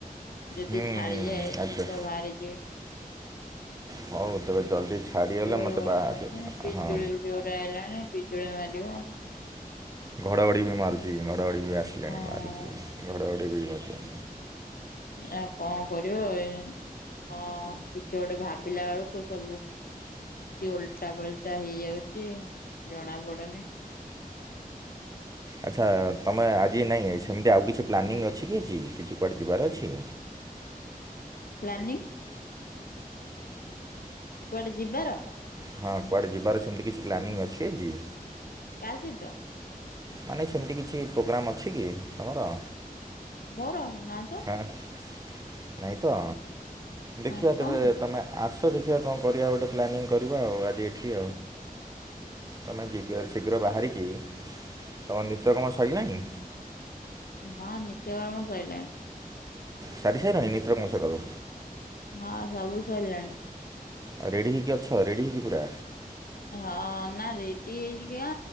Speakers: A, on the left; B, on the right.
A: ଯଦି
B: ହୁଁ
A: ଛାଡିଯାଏ ତ
B: ଆଚ୍ଛା
A: ବାହାରି ଯିବେ
B: ହଉ ତବେ ଜଲ୍ଦି ଛାଡ଼ିି ଗଲେ
A: ଜୋରେ
B: ମତେ
A: ବର୍ଷା
B: ବାଦ
A: ଯେ ବିଜୁଳି
B: ହ
A: ବି ଜୋରେ ଆଇଲାଣି ବିଜୁଳି ମାରିବ।
B: ଘଡ଼ଘଡ଼ି ବି ମାରୁଛି ଘଡ଼ଘଡ଼ି ବି ଆସିଲେଣି
A: ହଁ
B: ମାରୁଛି ଘଡ଼ଘଡ଼ି ବିଛିଁ
A: ଏ କଣ କରିବ ଏ ହଁ କିଛି ଗୋଟେ ଭାବିଲା ବେଳକୁ ସବୁ କିଛି ଓଲଟା ପଲଟା ହେଇଯାଉଛି ଜଣା ପଡ଼ୁନି।
B: ଆଚ୍ଛା ତୁମେ ଆଜି ନାହିଁ ସେମିତି ଆଉ କିଛି ପ୍ଲାନିଂ ଅଛି କି ଆଜି କିଛି କୁଆଡ଼େ ଯିବାର ଅଛି?
A: ପ୍ଲାନିଂ। କୁଆଡେ ଯିବାର
B: ହଁ କୁଆଡ଼େ ଯିବାର ସେମିତି କିଛି ପ୍ଲାନିଂ ଅଛି ଆଜି।
A: କା ସହିତ
B: ମାନେ ସେମିତି କିଛି ପ୍ରୋଗ୍ରାମ୍ ଅଛି କି ତମର?
A: ମୋର ନାଁ ତ।
B: ନାଇଁ ତ ଦେଖିବା
A: ନା
B: ତେବେ
A: କଣ କି?
B: ତମେ ଆସ ଦେଖିବା କଣ କରିବା ଗୋଟେ ପ୍ଲାନିଂ କରିବା ଆଜି ଏଠି? ତୁମେ ଶୀଘ୍ର ଶିଘ୍ର ବାହାରିକି ତମ ନିତ୍ୟ କର୍ମ ସରିଲାଇଁ?
A: ହଁ ନିତ୍ୟକର୍ମ ସଇଲାଣି।
B: ସାରି ସାଇଲଣି ନିତ୍ୟ କମ ସକାଳୁ।
A: ହଁ ସବୁ ସଇଲାଣି।
B: ଆଉ ରେଡ଼ି ହେଇକି ଅଛ ରେଡ଼ି ହେଇକି ପୁରା।
A: ହଁ ନା ରେଡି ହେଇକି କିଆଁ